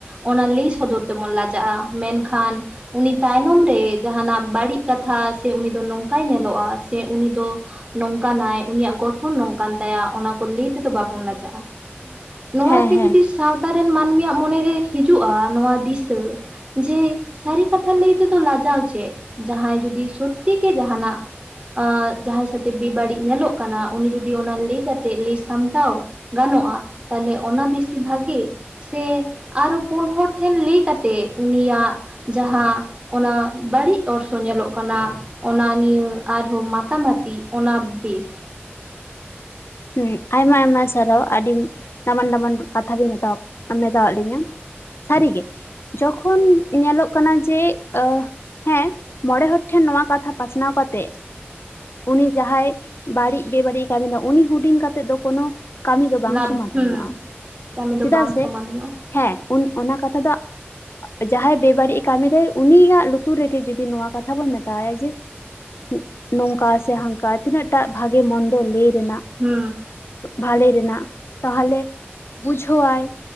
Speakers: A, on the right (about 25°); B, on the left (about 70°).
A: ᱚᱱᱟ ᱞᱟᱹᱭ ᱥᱚᱫᱚᱨ ᱛᱮᱵᱚᱱ ᱞᱟᱡᱟᱜᱼᱟ, ᱢᱮᱱᱠᱷᱟᱱ ᱩᱱᱤ ᱛᱟᱭᱱᱚᱢ ᱨᱮ ᱡᱟᱦᱟᱱᱟᱜ ᱵᱟᱹᱲᱤᱡ ᱠᱟᱛᱷᱟ ᱥᱮ ᱩᱱᱤ ᱫᱚ ᱱᱚᱝᱠᱟᱭ ᱧᱮᱞᱚᱜᱼᱟ, ᱥᱮ ᱩᱱᱤ ᱫᱚ ᱱᱚᱝᱠᱟᱱᱟᱭ ᱩᱱᱤᱭᱟᱜ ᱜᱚᱴᱷᱚᱱ ᱱᱚᱝᱠᱟᱱ ᱛᱟᱭᱟ ᱚᱱᱟ ᱠᱚ ᱞᱟᱹᱭ ᱛᱮᱫᱚ ᱵᱟᱵᱚᱱ ᱞᱟᱡᱟᱜᱼᱟ᱾ ᱱᱚᱣᱟᱜᱮ
B: ᱦᱮᱸ ᱦᱮᱸ
A: ᱡᱩᱫᱤ ᱥᱟᱶᱛᱟ ᱨᱮᱱ ᱢᱟᱹᱱᱢᱤᱭᱟᱜ ᱢᱚᱱᱮᱨᱮ ᱦᱤᱡᱩᱜᱼᱟ ᱱᱚᱣᱟ ᱫᱤᱥᱟᱹ᱾ ᱡᱮ ᱥᱟᱹᱨᱤ ᱠᱟᱛᱷᱟ ᱞᱟᱹᱭ ᱛᱮᱫᱚ ᱞᱟᱡᱟᱣ ᱪᱮᱫ, ᱡᱟᱦᱟᱸᱭ ᱡᱩᱚᱫᱤ ᱥᱚᱛᱷᱤ ᱠᱮ ᱡᱟᱦᱟᱱᱟᱜ ᱟ, ᱡᱟᱦᱟᱸᱭ ᱥᱟᱣᱛᱮ ᱵᱮᱵᱟᱹᱲᱤᱡ ᱧᱮᱞᱚᱜ ᱠᱟᱱᱟ, ᱩᱱᱤ ᱡᱩᱫᱤ ᱚᱱᱟ ᱞᱟᱹᱭ ᱥᱟᱢᱴᱟᱣ ᱜᱟᱱᱚᱜᱼᱟ, ᱛᱟᱦᱞᱮ ᱚᱱᱟ ᱵᱮᱥᱤ ᱵᱷᱟᱜᱤ, ᱥᱮ ᱟᱨᱚ ᱯᱩᱱ ᱦᱚᱲ ᱴᱷᱮᱱ ᱞᱟᱹᱭ ᱠᱟᱛᱮᱫ ᱩᱱᱤᱭᱟᱜ ᱡᱟᱦᱟᱸ ᱚᱱᱟ ᱵᱟᱹᱲᱤᱡ ᱚᱨᱥᱚ ᱠᱟᱱᱟ, ᱚᱱᱟ ᱱᱤᱭᱟᱹ ᱟᱨᱦᱚᱸ ᱢᱟᱛᱟ ᱢᱟᱛᱤ ᱚᱱᱟ ᱵᱮᱥ᱾
B: ᱦᱮᱸ ᱟᱭᱢᱟᱼᱟᱭᱢᱟ ᱥᱟᱨᱦᱟᱣ, ᱟᱹᱰᱤ ᱫᱟᱢᱟᱱᱼᱫᱟᱢᱟᱱ ᱠᱟᱛᱷᱟ ᱵᱤᱱ ᱢᱮᱛᱟ ᱢᱮᱛᱟᱣᱟᱫ ᱞᱤᱧᱟᱹ᱾ ᱥᱟᱹᱨᱤᱜᱮ ᱡᱚᱠᱷᱚᱱ ᱧᱮᱞᱚᱜ ᱠᱟᱱᱟ ᱡᱮ, ᱚ ᱦᱮᱸ ᱢᱚᱬᱮ ᱦᱚᱲ ᱴᱷᱮᱱ ᱱᱚᱣᱟ ᱠᱟᱛᱷᱟ ᱯᱟᱥᱱᱟᱣ ᱠᱟᱛᱮ, ᱩᱱᱤ ᱡᱟᱦᱟᱸᱭ ᱵᱟᱹᱲᱤᱡ ᱵᱮᱵᱟᱹᱲᱤᱡ ᱠᱟᱹᱢᱤᱫᱟ ᱩᱱᱤ ᱦᱩᱰᱤᱧ ᱠᱟᱛᱮ ᱫᱚ ᱠᱳᱱᱳ ᱠᱟᱹᱢᱤ ᱫᱚ ᱵᱟᱝ
A: ᱞᱟᱵᱷ
B: ᱥᱚᱢᱟᱫᱷᱟᱱᱚᱜᱼᱟ,
A: ᱦᱩᱸ ᱠᱟᱹᱢᱤ ᱫᱚ
B: ᱪᱮᱫᱟᱜ
A: ᱵᱟᱝ
B: ᱥᱮ
A: ᱥᱚᱢᱟᱫᱷᱟᱱᱚᱜᱼᱟ
B: ᱦᱮᱸ ᱚᱱᱟ ᱠᱟᱛᱷᱟ ᱫᱚ ᱡᱟᱦᱟᱸᱭ ᱵᱮᱵᱟᱹᱲᱤᱡ ᱮ ᱠᱟᱹᱢᱤ ᱫᱟᱭ ᱩᱱᱤᱭᱟᱜ ᱞᱩᱛᱩᱨ ᱨᱮᱜᱮ ᱡᱩᱫᱤ ᱱᱚᱣᱟ ᱠᱟᱛᱷᱟ ᱵᱚᱱ ᱢᱮᱛᱟᱣᱟᱭᱟ ᱡᱮ᱾ ᱱᱩᱜ ᱱᱚᱝᱠᱟ ᱥᱮ ᱦᱟᱱᱠᱟ ᱛᱤᱱᱟᱹᱜ ᱴᱟᱜ ᱵᱷᱟᱜᱮ ᱢᱚᱱᱫᱚ ᱞᱟᱹᱭ ᱨᱮᱱᱟᱜ
A: ᱦᱩᱹ᱾
B: ᱵᱷᱟᱞᱮ ᱨᱮᱱᱟᱜ ᱛᱟᱦᱚᱞᱮ ᱵᱩᱡᱷᱟᱹᱣᱟᱭ᱾